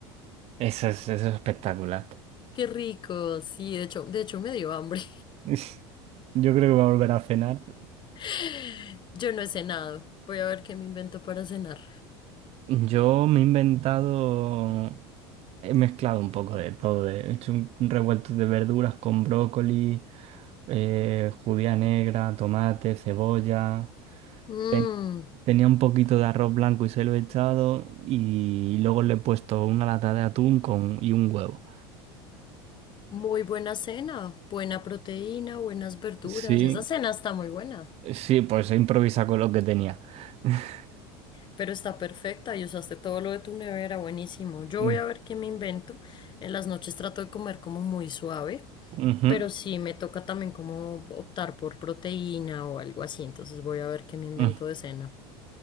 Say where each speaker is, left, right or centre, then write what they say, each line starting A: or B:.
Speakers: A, on the right; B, on the left.
A: eso es, eso es espectacular.
B: Qué rico, sí, de hecho, de hecho me dio hambre.
A: <laughs> Yo creo que voy a volver a cenar.
B: <laughs> Yo no he cenado. Voy a ver qué me invento para cenar.
A: Yo me he inventado, he mezclado un poco de todo, de- he hecho un, un revuelto de verduras con brócoli, eh, judía negra, tomate, cebolla.
B: Mmm,
A: Ten- Tenía un poquito de arroz blanco y se lo he echado y luego le he puesto una lata de atún con, y un huevo.
B: muy buena cena, buena proteína, buenas verduras.
A: Sí,
B: Esa cena está muy buena,
A: sí, pues he improvisado con lo que tenía. <laughs>
B: pero está perfecta y usaste todo lo de tu nevera, buenísimo. Yo
A: Mm,
B: voy a ver qué me invento. En las noches trato de comer como muy suave,
A: ujú,
B: pero sí me toca también como optar por proteína o algo así, entonces voy a ver qué me invento
A: mm.
B: de cena.